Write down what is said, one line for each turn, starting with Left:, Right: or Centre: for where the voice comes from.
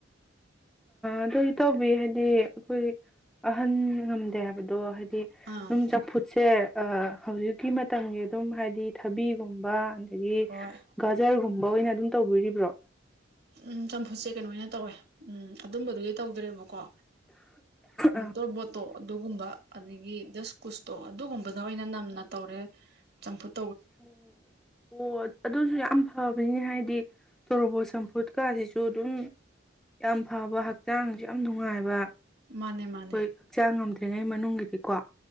Centre: ꯑꯗꯨ ꯇꯧꯕꯤ ꯍꯥꯏꯗꯤ ꯑꯩꯈꯣꯏ ꯑꯍꯟ ꯉꯝꯗꯦ ꯍꯥꯏꯕꯗꯣ ꯍꯥꯏꯗꯤ
Right: ꯑꯥ
Centre: ꯑꯗꯨꯝ ꯆꯝꯐꯨꯠꯁꯦ ꯍꯧꯖꯤꯛꯀꯤ ꯃꯇꯝꯒꯤ ꯑꯗꯨꯝ ꯍꯥꯏꯗꯤ ꯊꯕꯤꯒꯨꯝꯕ ꯍꯥꯏꯗꯤ
Right: ꯍꯣꯏ
Centre: ꯒꯖꯥꯔꯒꯨꯝꯕ ꯑꯣꯏꯅ ꯑꯗꯨꯝ ꯇꯧꯕꯤꯔꯤꯕ꯭ꯔꯣ
Right: ꯎꯝ ꯆꯝꯐꯨꯠꯁꯦ ꯀꯩꯅꯣ ꯑꯣꯏꯅ ꯇꯧꯋꯦ ꯎꯝ ꯑꯗꯨꯝꯕꯗꯨꯗꯤ ꯇꯧꯗ꯭ꯔꯦꯕꯀꯣ
Centre: ꯑꯥ
Right: ꯇꯣꯔꯕꯣꯠꯇꯣ ꯑꯗꯨꯒꯨꯝꯕ ꯑꯗꯒꯤ ꯗꯁ ꯀꯨꯁꯇꯣ ꯑꯗꯨꯒꯨꯝꯕꯗ ꯑꯣꯏꯅ ꯅꯝꯅ ꯇꯧꯔꯦ ꯆꯝꯄꯠ
Centre: ꯑꯣ ꯑꯣ ꯑꯗꯨꯁꯨ ꯌꯥꯝ ꯐꯕꯅꯤꯅ ꯍꯥꯏꯗꯤ ꯇꯣꯔꯣꯕꯣꯠ ꯆꯝꯐꯨꯠꯀꯥꯁꯤꯁꯨ ꯑꯗꯨꯝ ꯌꯥꯝ ꯐꯕ ꯍꯛꯆꯥꯡꯁꯨ ꯌꯥꯝ ꯅꯨꯡꯉꯥꯏꯕ
Right: ꯃꯥꯅꯦ ꯃꯥꯅꯦ
Centre: ꯍꯣꯏ ꯍꯛꯆꯥꯡ ꯉꯝꯗ ꯂꯩ꯭ꯔꯤꯉꯩ ꯃꯅꯨꯡꯒꯤꯗꯤ ꯀꯣ